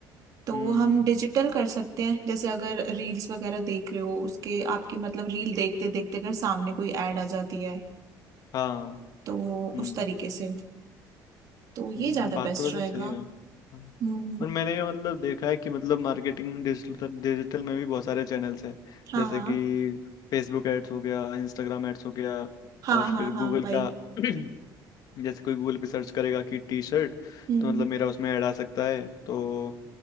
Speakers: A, on the right; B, on the left.
A: तो
B: हम्म
A: हम डिजिटल कर सकते हैं जैसे अगर रील्स वगैरह देख रहे हो उसके आपकी मतलब रील देखते देखते अगर सामने कोई ऐड आ जाती है
B: हाँ
A: तो
B: हम्म
A: उस तरीके से तो
B: हम्म
A: ये ज्यादा
B: बात
A: बेस्ट
B: तो वैसे
A: रहेगा
B: सही है हाँ।
A: हम्म
B: और मैंने ये मतलब देखा है कि मतलब मार्केटिंग डिजिटल डिजिटल में भी बहुत सारे चैनल्स हैं
A: हाँ
B: जैसे
A: हाँ
B: कि फेसबुक एड्स हो गया इंस्टाग्राम एड्स हो गया
A: हाँ
B: और
A: हाँ
B: फिर
A: हाँ
B: गूगल
A: वही
B: का <clears throat> जैसे कोई गूगल पे सर्च करेगा कि टी शर्ट
A: हम्म
B: तो मतलब मेरा उसमें ऐड आ सकता है तो